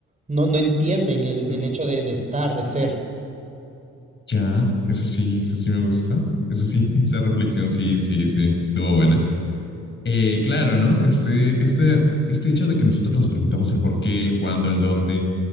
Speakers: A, on the right; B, on the left.
A: no, no entienden el,
B: Mm.
A: el hecho de, de estar, de ser.
B: Ya, eso sí, eso sí me gusta Eso sí, <laughs> esa reflexión sí, sí, sí, estuvo buena. Eh, claro, ¿no? Este, este, este hecho de que nosotros nos preguntamos el por qué, el cuándo, el dónde,